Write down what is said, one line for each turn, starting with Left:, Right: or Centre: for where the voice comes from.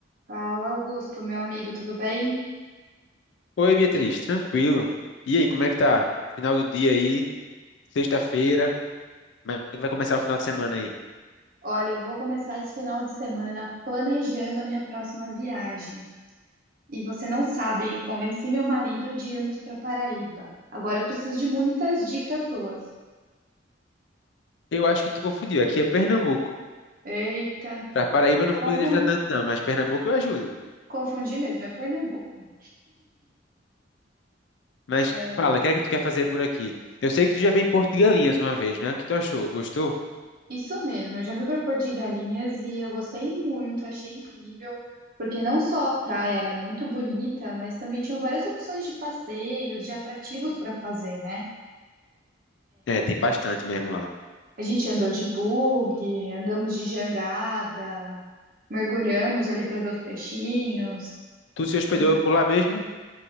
Right: Fala, Augusto, meu amigo, tudo bem?
Left: Oi, Beatriz, tranquilo. E aí, como é que tá? Final do dia aí, sexta-feira, mas como é que vai começar o final de semana aí.
Right: Olha, eu vou começar esse final de semana planejando a minha próxima viagem. E você não sabe, convenci meu marido de irmos para Paraíba. Agora eu preciso de muitas dicas suas.
Left: Eu acho que tu confundiu, aqui é Pernambuco.
Right: Eita,
Left: Pra Paraíba eu não
Right: confun-
Left: vou poder te ajudar tanto não, mas Pernambuco eu ajudo.
Right: confundi mesmo, é Pernambuco.
Left: Mas
Right: É,
Left: fala, o que é que tu quer fazer por aqui? Eu sei que tu já veio em Porto de Galinhas uma vez, né? O que tu achou? Gostou?
Right: isso mesmo, eu já fui para Porto de Galinhas e eu gostei muito, achei incrível, porque não só a praia era muito bonita, mas também tinham várias opções de passeios, de atrativos para fazer, né?
Left: É, tem bastante mesmo lá.
Right: A gente andou de bug, andamos de jangada, mergulhamos ali para ver os peixinhos.
Left: Tu se hospedou
Right: E
Left: por lá mesmo?